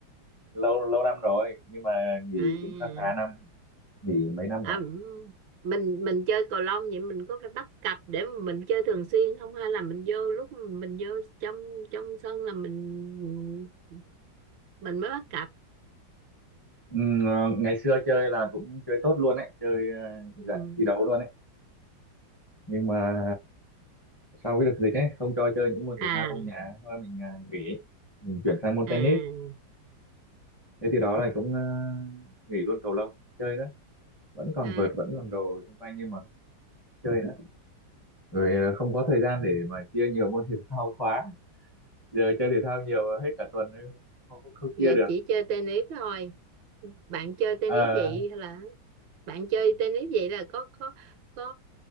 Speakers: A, on the left; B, on the right.
A: lâu lâu năm rồi nhưng mà nghỉ
B: À,
A: cũng khá khá năm nghỉ mấy năm
B: à,
A: rồi
B: m- mình mình chơi cầu lông vậy mình có phải bắt cặp để mà mình chơi thường xuyên không hay là mình vô lúc mình vô trong trong sân là mình mình mới bắt cặp
A: Ừm, ờ, ngày xưa chơi là cũng chơi tốt luôn ấy chơi ờ, dạng
B: ừ.
A: thi đấu luôn ấy nhưng mà sau cái đợt dịch ấy không cho chơi những môn thể
B: à
A: thao trong nhà thôi mình ờ, nghỉ mình chuyển sang môn
B: à
A: tennis thế thì đó là cũng ờ, nghỉ luôn cầu lông chơi nữa vẫn còn
B: à
A: vợt vẫn còn đồ xung quanh nhưng mà không chơi nữa rồi ờ, không có thời gian để mà chia nhiều môn thể thao quá giờ chơi thể thao nhiều hết cả tuần nên không, không, không
B: giờ
A: chia được
B: chỉ chơi tennis thôi bạn chơi tennis
A: Ờ,
B: vậy hay là bạn chơi tennis vậy là có có có